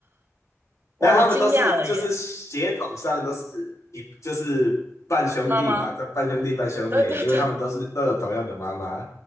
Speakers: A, on the right; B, on the left.
A: 哇，
B: 那他们都是就是血统上都是一就是半兄弟嘛，
A: 我惊讶了耶，妈妈，
B: 半兄弟半兄妹，
A: 对对对
B: 因为他们都是都有同样的妈妈，